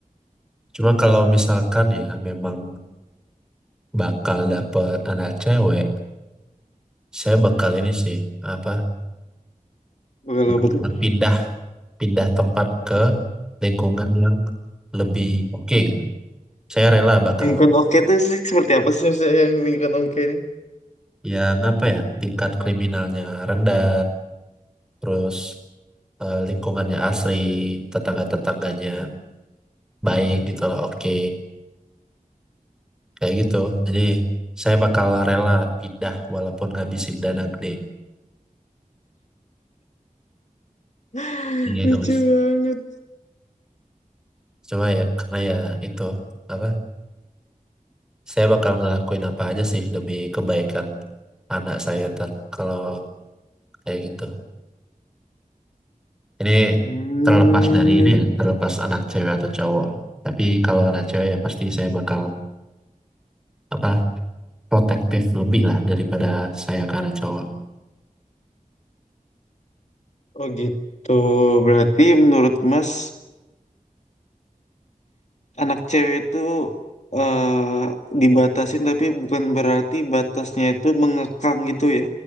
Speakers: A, in the centre; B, on the left.
A: cuma kalau misalkan ya memang bakal dapet anak cewek saya bakal ini sih apa
B: Bakal
A: bakal
B: apa tuh?
A: pindah pindah tempat ke lingkungan yang lebih oke gitu. saya rela bakal
B: Lingkungan oke tuh sih seperti apa sih maksudnya yang lingkungan oke ini?
A: yang apa ya tingkat kriminalnya rendah terus eh, lingkungannya asri tetangga-tetangganya baik gitu lah oke kayak gitu jadi saya bakal rela pindah walaupun ngabisin dana gede
B: <gasps> <laughs>
A: iya itu
B: Lucu
A: mas
B: banget.
A: cuma ya karena ya itu apa saya bakal ngelakuin apa aja sih demi kebaikan anak saya ntar kalau kayak gitu ini
B: Hmm.
A: terlepas dari ini ya, terlepas anak cewek atau cowok tapi kalau anak cewek ya pasti saya bakal apa protektif lebih lah daripada saya ke anak cowok
B: Oh gitu. Berarti menurut Mas anak cewek itu eh, dibatasin tapi bukan berarti batasnya itu mengekang gitu ya.